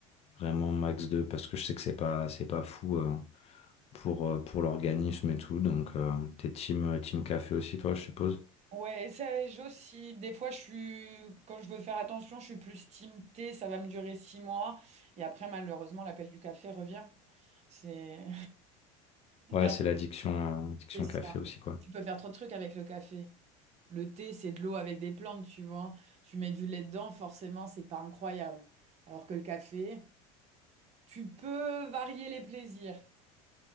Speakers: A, on the left (about 40°); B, on the right (about 40°).
A: Vraiment max 2 parce que je sais que c'est pas, c'est pas fou euh, pour, euh, pour l'organisme et tout. Donc, euh, t'es team, euh, team café aussi, toi, je suppose.
B: Ouais, ça, j'oscille. Des fois, je suis, quand je veux faire attention, je suis plus team thé, ça va me durer six mois. Et après, malheureusement, l'appel du café revient. C'est <laughs>
A: Ouais,
B: et en
A: c'est l'addiction euh, addiction
B: fait, c'est
A: café
B: ça.
A: aussi, quoi.
B: Tu peux faire trop de trucs avec le café. Le thé, c'est de l'eau avec des plantes, tu vois. Tu mets du lait dedans, forcément, c'est pas incroyable. Alors que le café, tu peux varier les plaisirs.